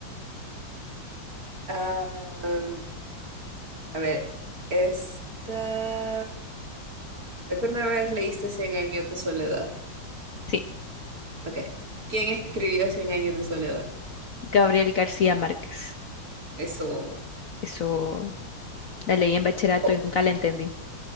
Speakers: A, on the right; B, on the left.
A: Ah, a ver, esta... ¿Alguna vez leíste Cien años de soledad?
B: Sí,
A: Ok. ¿Quién escribió Cien años de soledad?
B: Gabriel García Márquez.
A: Eso,
B: Eso la leí en bachillerato
A: o-
B: y nunca la entendí.